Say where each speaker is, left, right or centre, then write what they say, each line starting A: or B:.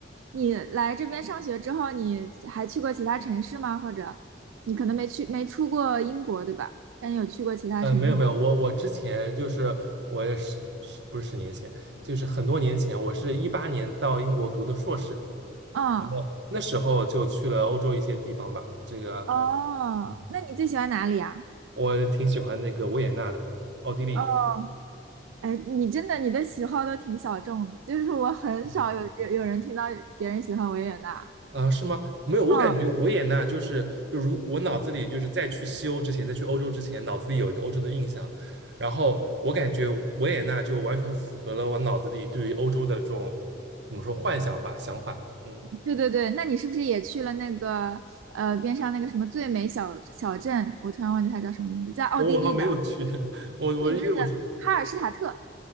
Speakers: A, on the right; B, on the right.
A: 你来这边上学之后，你还去过其他城市吗？或者你可能没去没出过英国，对吧？但你有去过其他城市吗？
B: 呃，没有没有，我我之前就是我也是是不是十年前，就是很多年前，我是一八年到英国读的硕士。
A: 嗯，
B: 然后那时候就去了欧洲一些地方吧，这个
A: 哦，
B: 嗯
A: 那你最喜欢哪里啊？
B: 我挺喜欢那个维也纳的，奥地利
A: 哦，哎，你真的你的喜好都挺小众的，就是我很少有有有人听到别人喜欢维也纳。
B: 嗯啊，是吗？没有，我感觉维也纳就是，
A: 嗯。
B: 就如我脑子里就是在去西欧之前，在去欧洲之前，脑子里有一个欧洲的印象，然后我感觉维也纳就完全符合了我脑子里对于欧洲的这种怎么说幻想吧，想法。嗯，
A: 对对对，那你是不是也去了那个呃边上那个什么最美小小镇？我突然忘记它叫什么名字，在奥地利的，
B: 我好像没有去，<laughs> 我我因为我是
A: 你们那个哈尔施塔特，